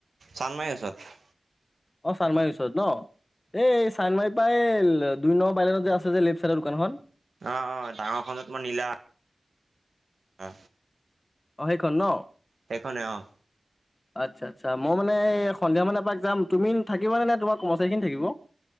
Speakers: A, on the right; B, on the left.
A: চানমাৰি গচৰত
B: অ চান্দমাৰীৰ ওচৰত ন এই চান্দমাৰি পৰাই দুই নমৰ বাইলেনত যে আছে যে লেফ চাইডৰ দোকানখন
A: অ অ ডাঙৰ খন তোমাৰ নীলা অ
B: অ সেইখন ন
A: সেইখনে আহ
B: আচ্ছা আচ্ছা মই মানে সন্ধিয়া মান এপাক যাম তুমি থাকিবানে নে তোমাৰ কৰ্মচাৰীখিনি থাকিব।